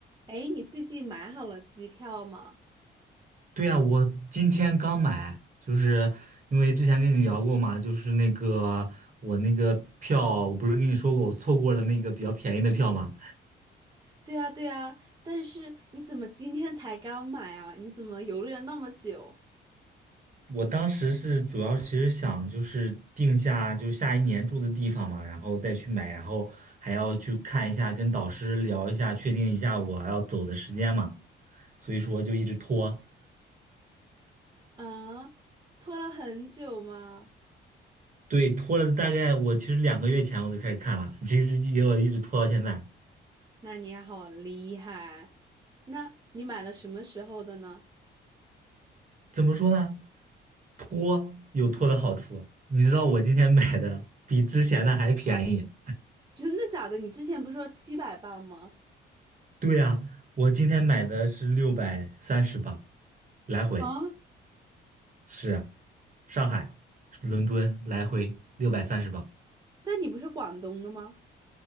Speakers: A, on the right; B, on the right.
A: 哎，你最近买好了机票吗？
B: 对呀，我今天刚买，就是因为之前跟你聊过嘛，就是那个我那个票，我不是跟你说过我错过了那个比较便宜的票嘛？
A: 对呀，对呀，但是你怎么今天才刚买啊？你怎么犹豫了那么久？
B: 我当时是主要其实想就是定下就下一年住的地方嘛，然后再去买，然后还要去看一下，跟导师聊一下，确定一下我要走的时间嘛，所以说就一直拖，
A: 啊，拖了很久吗？
B: 对，拖了大概我其实两个月前我就开始看了，其实也我一直拖到现在。
A: 那你好厉害！那你买了什么时候的呢？
B: 怎么说呢？拖有拖的好处，你知道我今天买的比之前的还便宜。
A: 真的假的？你之前不是说七百磅吗？
B: 对呀，我今天买的是六百三十磅，来回
A: 啊，
B: 是上海、伦敦来回六百三十磅，
A: 但你不是广东的吗？